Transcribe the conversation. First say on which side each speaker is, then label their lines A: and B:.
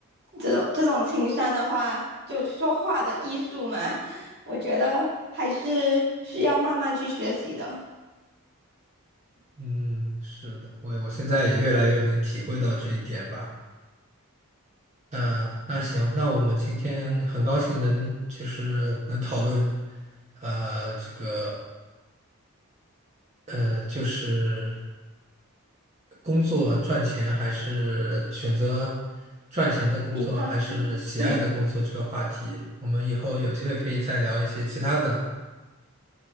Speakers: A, on the right (about 45°); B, on the right (about 30°).
A: 这种这种情商的话，就说话的艺术嘛，<laughs> 我觉得还是需要慢慢去学习的。
B: 嗯，是的，我我现在也越来越能体会到这一点吧。那那行，那我们今天很高兴能就是能讨论，呃，这个呃，就是工作赚钱还是选择赚钱的工作还是喜爱的工作这个话题，
A: 你看，嗯
B: 我们以后有机会可以再聊一些其他的。